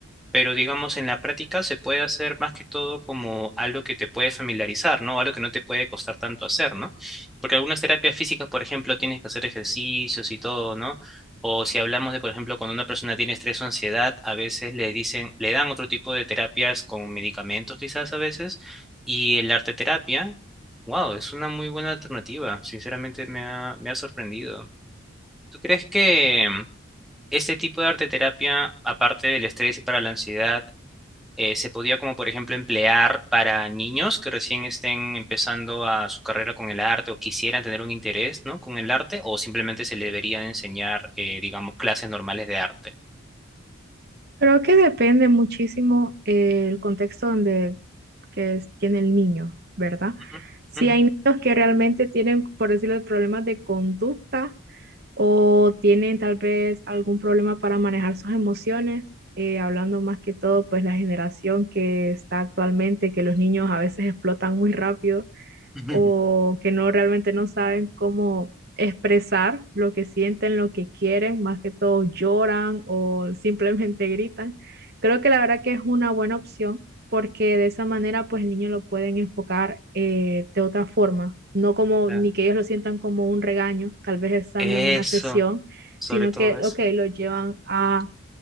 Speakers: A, in the centre; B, on the right.
A: pero digamos en la práctica se puede hacer más que todo como algo que te puede familiarizar, ¿no? Algo que no te puede costar tanto hacer, ¿no? Porque algunas terapias físicas, por ejemplo, tienes que hacer ejercicios y todo, ¿no? O si hablamos de, por ejemplo, cuando una persona tiene estrés o ansiedad, a veces le dicen, le dan otro tipo de terapias con medicamentos quizás a veces, y el arte terapia, wow, es una muy buena alternativa, sinceramente me ha, me ha sorprendido. ¿Tú crees que este tipo de arte terapia, aparte del estrés y para la ansiedad, eh, se podía como por ejemplo emplear para niños que recién estén empezando a su carrera con el arte o quisieran tener un interés, ¿no? con el arte o simplemente se le debería enseñar, eh, digamos, clases normales de arte.
B: Creo que depende muchísimo eh, el contexto donde que es- tiene el niño, ¿verdad?
A: Ujú,
B: Si
A: ujú,
B: hay
A: ujú.
B: niños que realmente tienen, por decirlo, problemas de conducta o tienen tal vez algún problema para manejar sus emociones, eh, hablando más que todo, pues la generación que está actualmente, que los niños a veces explotan muy rápido
A: <laughs>
B: o que no realmente no saben cómo expresar lo que sienten, lo que quieren, más que todo lloran o <laughs> simplemente gritan. Creo que la verdad que es una buena opción porque de esa manera pues el niño lo pueden enfocar eh, de otra forma, no como
A: La-
B: ni que ellos lo sientan como un regaño, tal vez estando
A: Eso,
B: en una sesión,
A: sobre
B: sino
A: todo
B: que,
A: eso.
B: ok, lo llevan a